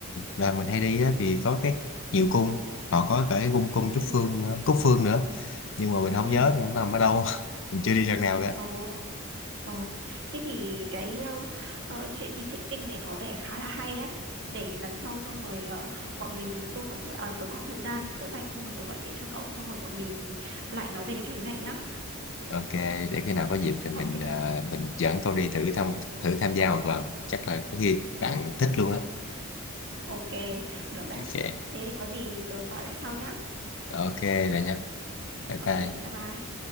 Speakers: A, on the left (about 60°); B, on the right (about 50°).
A: đoàn mình hay đi á, thì có cái nhiều cung
B: Ừ
A: họ có cả cái cung cung Trúc
B: ừ
A: Phương nữa Cúc Phương nữa nhưng mà mình không
B: ừ.
A: nhớ nó nằm ở đâu <laughs> mình chưa đi lần nào cả
B: Ồ. Ờ, thế thì cái ờ, ờ, chuyện đi trekking này có vẻ khá là hay đấy. Để lần sau xong rồi ờ, bọn mình tôi có thời à, tôi có thời gian tớ rảnh xong rồi tớ gọi điện cho cậu xong rồi bọn mình lại nói về cái này nhá.
A: ok để khi nào có dịp thì mình
B: Ok,
A: à, mình dẫn cậu đi thử thăm thử tham gia một lần chắc là có khi bạn thích luôn á
B: ok, được đấy.
A: ok
B: Thế có gì tớ gọi lại sau nhá.
A: ok rồi nha bye
B: Ok,
A: bye
B: bye bye.